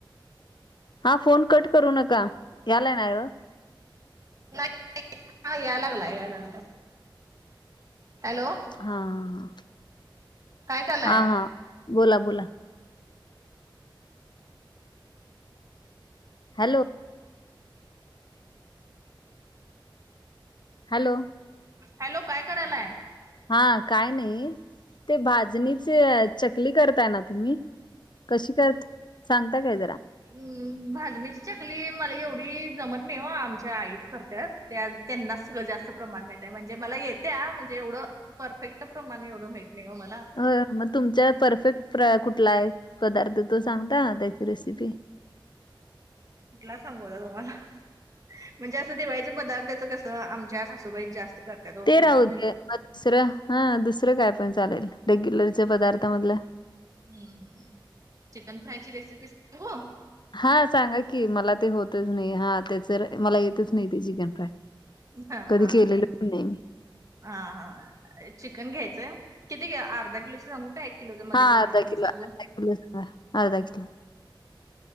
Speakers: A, on the left; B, on the right.
A: हा फोन कट करू नका यालाय ना.
B: नाही याय लागला याय लागलाय. हॅलो.
A: हा हा.
B: काय करालाय
A: हा हा बोला बोला. हॅलो. हॅलो.
B: हॅलो काय करायलाय.
A: हा काय नाही ते भाजणीचे चकली करताय ना तुम्ही. कशी करत सांगता काय जरा.
B: हम् भाजणीची चकली मला एवढी जमत नाही वा आमच्या आईच करतत.. त्या त्यांना सगं जास्त प्रमाण मिळत म्हणजे मला येते म्हणजे एवढं. परफेक्ट प्रमाणे एवढं माहित नाही हो मला..
A: हो मग तुमचा परफेक्ट कुठला आहे पदार्थ तो सांगता त्याची रेसिपी..
B: कुठला सांगूलं तुम्हाला.. म्हणजे असं दिवाळीच्या पदार्थाचं कसं आमच्या सासूबाई जास्त.. करत्यात ओ
A: ते
B: पुरवून
A: राहू दे दुसरं हा दुसरं काय पण चालेल रेग्युलरच्या पदार्था मधलं..
B: ह् चिकन फ्राय ची रेसिपी सांगू..
A: हा सांगा की मला ते होतच नाही हा त्याच मला येतच नाही ते चिकन फ्राय..
B: हा हा
A: कधी केलेलं पण नाही मी..
B: हा हा चिकन घ्यायचंय किती घ अर्धा किलोच सांगू का एक. किलो मध्ये
A: हा
B: प्रमाणामध्ये
A: अर्धा किलो अर्धा
B: सांगू..
A: अर्धा किलो..